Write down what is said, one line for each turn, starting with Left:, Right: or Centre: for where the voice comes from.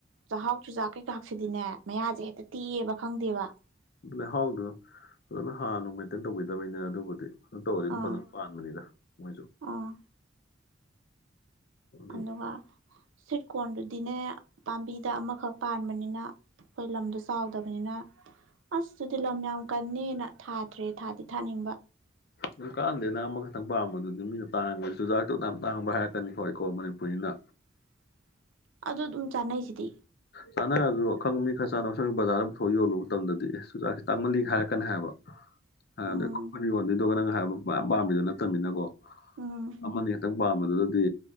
Right: ꯆꯥꯛꯍꯥꯎ ꯆꯨꯖꯥꯛ ꯀꯩꯀꯥꯁꯤꯗꯤꯅꯦ ꯃꯌꯥꯁꯦ ꯍꯦꯛꯇ ꯇꯤꯑꯕ ꯈꯪꯗꯦꯕ
Left: ꯑꯗꯨ ꯂꯩꯍꯥꯎꯗꯨ ꯐꯖꯅ ꯍꯥꯟꯅ ꯃꯦꯟꯇꯦꯟ ꯇꯧꯕꯤꯗꯕꯅꯤꯅ ꯑꯗꯨꯕꯨꯗꯤ ꯑꯗꯨ ꯇꯧꯔꯗꯤ ꯑꯗꯨꯝ
Right: ꯑꯥ
Left: ꯐꯖꯅ ꯄꯥꯟꯕꯅꯤꯗ ꯃꯣꯏꯁꯨ
Right: ꯑꯥ
Left: ꯑꯗꯨ
Right: ꯑꯗꯨꯒ ꯁꯤꯠꯀꯣꯟꯗꯨꯗꯤꯅꯦ ꯄꯥꯝꯕꯤꯗ ꯑꯃ ꯈꯛ ꯄꯥꯟꯕꯅꯤꯅ ꯑꯩꯈꯣꯏ ꯂꯝꯗꯣ ꯆꯥꯎꯗꯕꯅꯤꯅ ꯑꯁꯇꯨꯗꯤ ꯂꯝ ꯌꯥꯝ ꯀꯟꯅꯦꯅ ꯊꯥꯗ꯭ꯔꯦ ꯊꯥꯗꯤ ꯊꯥꯅꯤꯡꯕ
Left: ꯑꯗꯨ ꯀꯥꯟꯗꯦ ꯅꯪ ꯑꯃꯈꯛꯇꯪ ꯄꯥꯝꯕꯗꯨꯗꯤ ꯃꯤꯅ ꯇꯥꯡꯕ ꯆꯨꯖꯥꯛꯇꯨꯅ ꯌꯥꯝ ꯇꯥꯡꯕ ꯍꯥꯏꯔꯛꯀꯅꯤ ꯍꯣꯏ ꯑꯩꯀꯣ ꯃꯅꯤꯄꯨꯔꯤꯅ
Right: <inaudible> ꯑꯗꯨ ꯑꯗꯨꯝ ꯆꯥꯅꯩꯁꯤꯗꯤ
Left: ꯆꯅ ꯑꯗꯨ ꯋꯥꯈꯪ ꯃꯤ ꯈꯔ ꯆꯥꯅꯅꯕꯁꯒꯤ ꯕꯖꯥꯔ ꯄꯨꯊꯣꯛꯄ ꯌꯣꯂꯕ ꯃꯇꯝꯗꯗꯤ ꯑꯦ ꯆꯨꯨꯔꯥꯛꯁꯤꯦ ꯇꯥꯡꯃꯜꯂꯤ ꯍꯥꯏꯔꯛꯀꯅꯤ ꯍꯥꯏꯕ ꯑꯗ
Right: ꯎꯝ
Left: ꯐ ꯌꯣꯅꯤꯗꯒ ꯅꯪ ꯍꯥꯏ ꯄꯥꯝꯃꯤꯗꯨꯣ ꯅꯠꯇꯕꯃꯤꯅꯀꯣ
Right: ꯎꯝ
Left: ꯑꯃꯅꯤ ꯈꯛꯇꯪ ꯄꯥꯝꯕꯗꯨꯗꯗꯤ